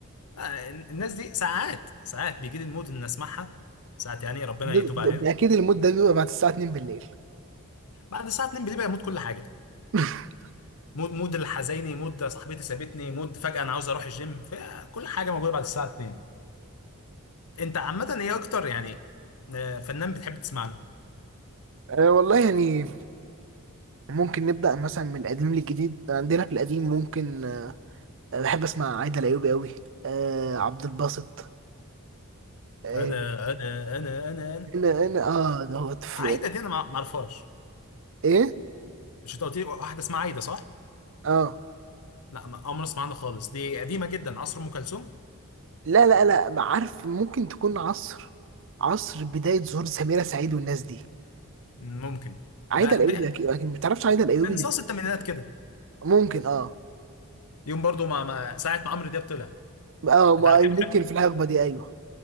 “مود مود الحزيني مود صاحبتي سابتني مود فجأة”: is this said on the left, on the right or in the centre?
Left